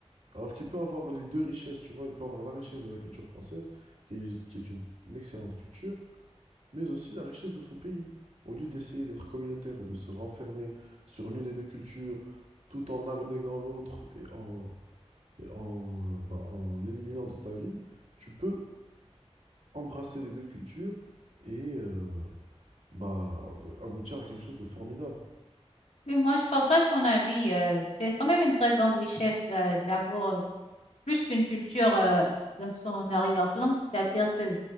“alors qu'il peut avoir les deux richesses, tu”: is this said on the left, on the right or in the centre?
Right